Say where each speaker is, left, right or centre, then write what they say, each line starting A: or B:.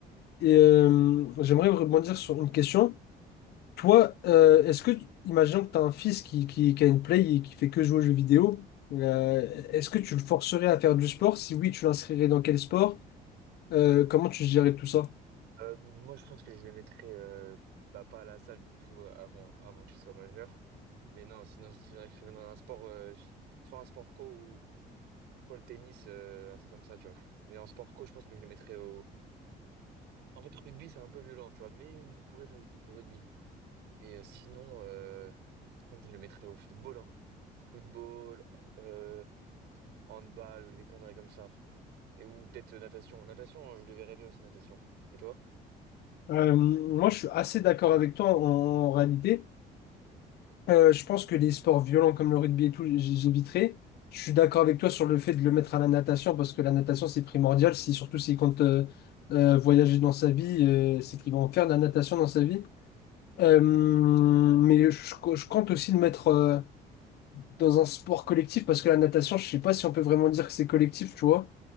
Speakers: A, on the left; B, on the right.
A: Et euh, j'aimerais rebondir sur une question. Toi, euh, est-ce que, imaginons que tu as un fils qui, qui, qui a une play et qui fait que jouer aux jeux vidéo, euh, est-ce que tu le forcerais à faire du sport? Si oui, tu l'inscrirais dans quel sport? Euh, comment tu gérerais tout ça?
B: Euh, moi, je pense que je les mettrais euh, bah, pas à la salle du tout euh, avant avant que je sois majeur. Mais non, sinon je m'inscrivais dans un sport, euh, je- soit un sport co ou soit le tennis, euh, un truc comme ça, tu vois. Mais en sport co, je pense que je le mettrais au. En fait, rugby, c'est un peu violent, tu vois, mais il pourrait faire du rugby. Et euh, sinon, euh, je pense que je le mettrais au football, hein. Football, euh, handball ou des conneries comme ça. Et ou peut-être euh, natation. Natation, je le verrais bien aussi, natation. Et toi?
A: Euh, moi, je suis assez d'accord avec toi en, en réalité. Euh, je pense que les sports violents comme le rugby et tout, j- j'éviterai. Je suis d'accord avec toi sur le fait de le mettre à la natation parce que la natation, c'est primordial. Si, surtout s'il compte euh, euh, voyager dans sa vie, euh, c'est qu'il va en faire de la natation dans sa vie. Euh, mais je, je compte aussi le mettre euh, dans un sport collectif parce que la natation, je sais pas si on peut vraiment dire que c'est collectif, tu vois.